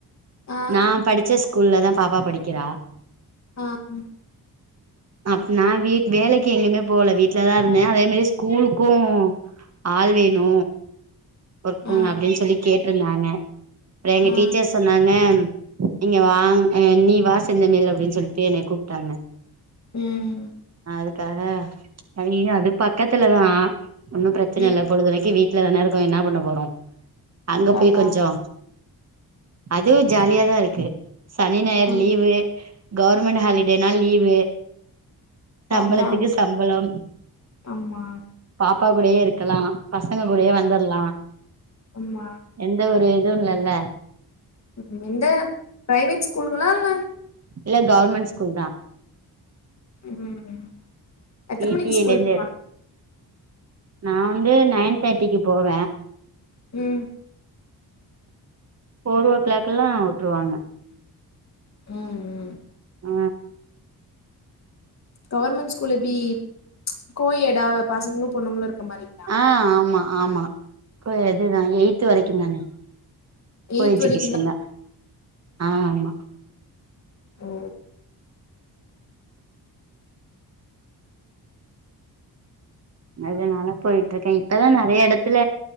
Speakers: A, on the left; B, on the right.
A: ஆ
B: நா படிச்ச ஸ்கூல்லதா பாப்பா படிக்கிறா
A: ஆ ம்
B: அப்ப நா வீட் வேலைக்கு எங்கயுமே போல வீட்லதா இருந்தே அதே மாரி ஸ்கூலுக்கு ஆள் வேணு ஒருத்தங்க
A: ஆ
B: அப்டின் சொல்லி கேட்ருந்தாங்க அப்றோ எங்க
A: ஆ
B: டீச்சர்ஸ் சொன்னாங்க நீங்க வாங் அ நீ வா செந்தமிழ் அப்டினு சொல்ட்டு என்னய கூப்ட்டாங்க
A: ம்
B: அதுக்காக அய்யயோ அது பக்கத்துலதா ஒன்னு ப்ரச்சன
A: ம்
B: இல்ல பொழுதென்னைக்கு வீட்ல தான இருக்கோ என்னா பண்ண போறோ அங்க
A: அதான்
B: போய் கொஞ்சோ அதுவு ஜாலியாதா இருக்கு சனி ஞாயர்
A: ம்
B: லீவு கவுர்மெண்ட் ஹாலிடேனா லீவு சம்பளத்துக்கு
A: அதான்
B: சம்பளம்
A: ஆமா
B: பாப்பா கூடயு இருக்கலா பசங்க கூடயு வந்துர்லா
A: அம்மா
B: எந்த ஒரு இதுவு இல்லல்ல
A: ம் இந்த பிரைவேட் ஸ்கூலுங்களா இல்ல
B: இல்ல கவுர்மெண் ஸ்கூல் தா
A: ம் ம் எத்தன
B: பி
A: மணிக்கு
B: டி
A: ஸ்கூல்
B: எ லேந்து
A: இருப்பா
B: நா வந்து நைன் தேட்டிக்கு போவ
A: ம்
B: ஃபோரோ க்ளாக்கெல்லா உட்ருவாங்க
A: ம் ம்
B: அ
A: கவர்மெண்ட் ஸ்கூல் எப்டி கோயேடா பசங்களு பொண்ணுங்களு இருக்க மாரி
B: ஆ ஆமா ஆமா கோயெடுதா எய்த்து வரைக்குந்தான கோ
A: எயித்
B: எஜுகேஷன்
A: வரைக்குந்தா
B: தா ஆமாமா
A: ஓ
B: அதனால போய்ட்ருக்கே இப்பதா நெறையா எடத்துல